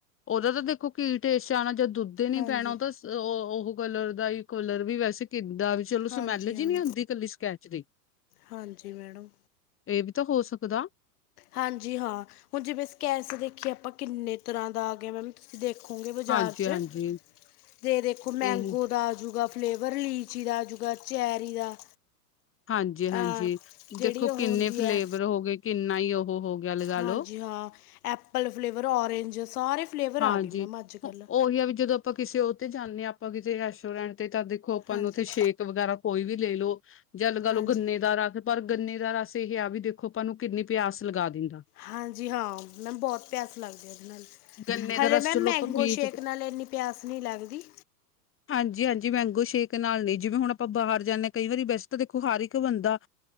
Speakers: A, on the left; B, on the left.
A: ਔਦਾ ਤਾਂ ਦੇਖੋ ਕੀ ਟੇਸਟ ਆਣਾ, ਜਦ ਦੁੱਧ ਏ ਨੀ
B: ਹਾਂਜੀ
A: ਪੈਣਾ ਔ ਦੇ ਸ ਅ ਔ-ਔਹ ਕਲਰ ਦਾ ਈ ਕਲਰ ਵੀ ਵੈਸੇ ਕਿੱਦਾ ਚਲੋ
B: ਹਾਂਜੀ
A: ਸਮੈਲ ਜੀ
B: ਹਾਂ
A: ਨੀ ਆਂਦੀ ਇਕੱਲੀ ਸਕੈਚ ਦੀ?
B: ਹਾਂਜੀ ਮੈਡਮ
A: ਏ ਵੀ ਤਾਂ ਹੋ ਸਕਦਾ।
B: ਹਾਂਜੀ ਹਾਂ, ਹੁਣ ਜਿਵੇਂ ਸਕੈਸ ਦੇਖੀਏ ਆਪਾਂ ਕਿੰਨੇ ਤਰ੍ਹਾਂ ਦਾ ਆ ਗਿਆ ਮੈਮ। ਤੁਸੀਂ ਦੇਖੋਗੇ ਬਜ਼ਾਰ
A: ਹਾਂਜੀ-ਹਾਂਜੀ
B: ਚ। ਤੇ ਦੇਖੋ ਮੈਂਗੋ
A: ਇਹੀ
B: ਦਾ ਆਜੂਗਾ ਫਲੇਵਰ, ਲੀਚੀ ਦਾ ਆਜੂ ਜਾ ਚੈਰੀ ਦਾ।
A: ਹਾਂਜੀ-ਹਾਂਜੀ,
B: ਅਮ ਜਿਹੜੀ
A: ਦੇਖੋ
B: ਉਹ
A: ਕਿੰਨੇ
B: ਹੁੰਦੀ
A: ਫਲੇਵਰ
B: ਹੈ
A: ਹੋਗੇ, ਕਿੰਨਾ ਈ ਔਹ ਹੋ ਗਿਆ ਲਗਾ
B: ਹਾਂਜੀ
A: ਲੋ
B: ਹਾਂ, ਐਪਲ ਫਲੇਵਰ, ਔਰੇਂਜ ਸਾਰੇ ਫਲੇਵਰ
A: ਹਾਂਜੀ
B: ਆ ਗਏ ਮੈਮ ਅੱਜ ਕੱਲ
A: ਹੋਅ ਔਹੀ ਆ ਵੀ ਜਦੋਂ ਅ ਆਪਾਂ ਕਿਸੇ ਔ ਤੇ ਜਾਂਨੇ ਆ ਆਪਾਂ ਕਿਸੇ ਰੈਸਟੋਰੈਂਟ ਤੇ ਤਾਂ ਦੇਖੋ ਆਪਾਂ
B: ਹਾਂਜੀ
A: ਨੂੰ ਤਾਂ ਦੇਖੋ ਸ਼ੇਕ ਵਗੈਰਾ ਕੋਈ ਵੀ ਲੇਲੋ ਜਲ -ਗਲ
B: ਹਾਂਜੀ
A: ਗੰਨੇ ਦਾ ਰੱਸ ਪਰ ਗੰਨੇ ਦਾ ਰਸ ਏਹ ਆ ਵੀ ਦੇਖੋ ਆਪਾਂ ਨੂੰ ਕਿੰਨੀ ਪਿਆਸ ਲਗਾ ਦਿੰਦਾ।
B: ਹਾਂਜੀ ਹਾਂ, ਮੈਮ ਬੋਤ ਪਿਆਸ ਲੱਗਦੀ ਆ ਏਦੇ ਨਾਲ,
A: ਗੰਨੇ
B: ਹਲੇੇ
A: ਦਾ ਰਸ
B: ਮੈਮ
A: ਚਲੋ
B: ਮੈਂਗੋ
A: ਆਪਾਂ ਪੀ
B: ਸ਼ੇਕ
A: ਤਾਂ
B: ਨਾਲ ਏਨੀ ਪਿਆਸ ਨੀ ਲੱਗਦੀ।
A: ਹਾਂਜੀ-ਹਾਂਜੀ ਮੈਂਗੋ ਸ਼ੇਕ ਨਾਲ ਨੀ ਜਿਵੇਂ ਹੁਣ ਆਪਾਂ ਬਾਹਰ ਜਾਂਦੇ ਕਈ ਵਾਰੀ ਵੈਸੇ ਤਾਂ ਦੇਖੋ ਹਰ ਇੱਕ ਬੰਦਾ